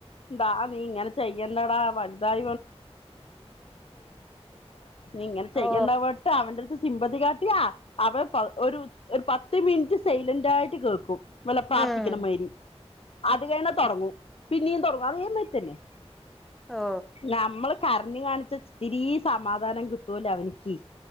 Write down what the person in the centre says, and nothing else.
ഓ
ഉം
ഓ